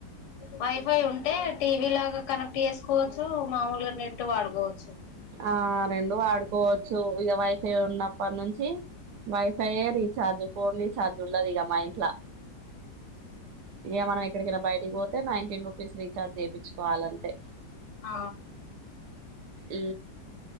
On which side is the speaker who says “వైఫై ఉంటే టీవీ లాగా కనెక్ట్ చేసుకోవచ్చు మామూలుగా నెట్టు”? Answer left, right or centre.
Left